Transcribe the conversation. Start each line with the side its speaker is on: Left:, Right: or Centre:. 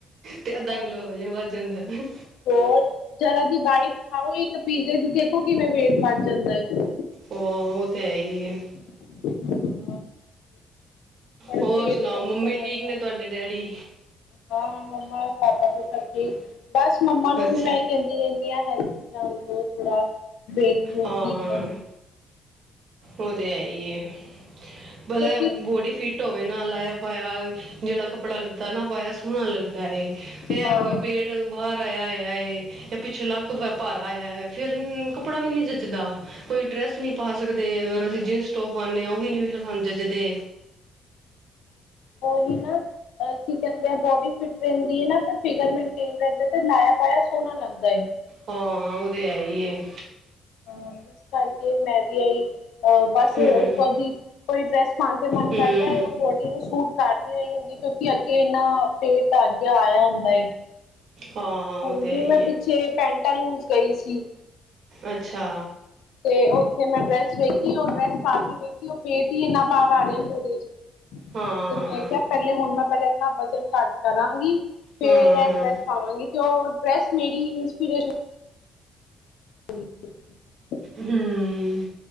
Right: ਤੇ ਅੱਧਾ
Left: ਹਾਂ
Right: ਕਿਲੋ ਵਜਨ ਵੱਧ ਜਾਦਾ--ਜਾਦਾ ਏ।
Left: ਹੋਰ ਜਰਾ ਦੀ ਬਾਈਟ ਖਾਓ ਇਕ ਪੀਜੇ ਦੀ ਦੇਖੋ ਕਿਵੇ ਵੇਟ ਵਰ ਜਾਦਾ ਹੈ।
Right: ਉਹ ਤੇ ਹੈਹੀ ਏ।
Left: <inaudible> ਬੜੇ
Right: ਹੋਰ
Left: ਪੇਟ
Right: ਸੁਣਾਓ,
Left: ਦਾ
Right: ਮੰਮੀ
Left: ਤੇ ਬੜਾ
Right: ਠੀਕ
Left: ਧਿਆਨ
Right: ਨੇ ਤੁਹਾਡੇ ਡੈਡੀ
Left: ਹਾਂ, ਮੰਮਾ-ਪਾਪਾ ਤੇ ਸਭ ਠੀਕ ਬਸ ਮੰਮਾ ਨੂੰ
Right: ਅੱਛਾ
Left: ਵੀ ਮੈ ਕਹਿਦੀ ਰਹਿਦੀ ਆ, ਹੈਲਥ ਧਿਆਨ ਦੇ ਥੋੜਾ ਵੇਟ ਵੂਟ
Right: ਹਾਂ,
Left: ਠੀਕ ਕਰੋ
Right: ਉਹ ਤੇ ਹੈਈ ਏ। ਬਾਲੇਆ
Left: ਕਿਉਂਕਿ
Right: ਬੋਡੀ ਫੀਟ ਢੋਯੇ ਨਾਲ ਲਾਇਆ-ਪਾਇਆ ਜਿਹੜਾ ਕੱਪੜਾ-ਲੱਦਾ ਨਾ ਪਾਇਆ ਸੋਹਣਾ ਲਗਦਾ ਏ। ਤੇ
Left: ਹਾਂ
Right: ਹੋਵੇ ਪੇਟ ਟ ਬਾਹਰ ਆਇਆ ਹੋਇਆ ਏ ਜਾਂ ਪਿੱਛੋਂ ਲੱਕ ਭਾਰਾ ਹੋਇਆ ਹੈ, ਫੇਰ ਕੱਪੜਾ ਵੀ ਨੀ ਜੱਚਦਾ। ਕੋਈ ਡਰੈਸ ਨਹੀ ਪਾ ਸਕਦੇ ਅਗਰ ਅਸੀ ਜਿਨ ਟੋਪ ਪਾਉਨੇ ਆ ਉਹ ਵੀ ਨੀ ਸਾਨੂੰ ਜਚਦੇ।
Left: ਓਹੀ ਨਾ ਅਹ ਕੀ ਕਹਿਦੇ ਆ ਬੋਡੀ ਫਿਟ ਰਹਿਦੀ ਹਨਾ ਫਿਰ ਫਿਗਰ ਮੇਨਟੇਨ ਰਹਿਦਾ ਤੇ ਲਾਇਆ-ਪਾਇਆ ਸੋਹਣਾ ਲੱਗਦਾਏ-
Right: ਹਾਂ-ਹਾਂ, ਉਹ ਤੇ ਹੈਹੀ ਏ।
Left: ਆ ਇਸ ਕਰਕੇ ਮੈ ਵੀ ਇਹੀ ਆ ਬਸ
Right: ਹੂੰ
Left: ਕਦੀ ਕੋਈ ਡਰੈਸ ਪਾਉਣ ਤੇ ਮਨ
Right: ਹੂੰ
Left: ਕਰਦਾ ਹੈ, ਉਹ ਬੋਡੀ ਨੂੰ ਸੂਟ ਕਰਨੀ ਰਹੀ ਹੁੰਦੀ ਕਿਉਕਿ ਅਗੇ ਇਨਾ ਪੇਟ ਤਾਂ ਅਗੇ ਆਇਆ ਹੁੰਦਾ ਏ।
Right: ਹਾਂ ਉਹ
Left: ਹੁਣ
Right: ਤੇ
Left: ਵੀ
Right: ਹੈ ਹੀ
Left: ਮੈ ਪਿੱਛੇ
Right: ਏ
Left: ਪੈਂਟਾਂ ਲੂਜ ਗਈ ਸੀ।
Right: ਅੱਛਾ।
Left: ਤੇ ਉਥੇ ਮੈ ਡਰੈਸ ਵੇਖੀ, ਉਹ ਡਰੈਸ ਪਾ ਕੇ ਵੇਖੀ ਉਹ ਪੇਟ ਹੀ ਇਨਾ ਬਾਹਰ ਆ ਰਿਹਾ ਉਹਦੇ ਚ।
Right: ਹਾਂ
Left: ਤੇ
Right: ਹਾਂ
Left: ਮੈ ਕਿਹਾ, ਪਹਿਲੇ ਹੁਣ ਮੈ ਪਹਿਲੇ ਆਪਣਾ ਵਜ਼ਨ ਘੱਟ ਕਰਾਗੀ। ਫੇਰ
Right: ਹਾਂ
Left: ਇਹ
Right: ਹਾਂ
Left: ਡਰੈਸ ਪਾਵਾਂਗੀ ਤੇ ਉਹ ਡਰੈਸ ਮੇਰੀ ਇੰਸਪੀਰੇਸ਼ਨ <inaudible>
Right: ਹੂੰ। ਹੁੰ।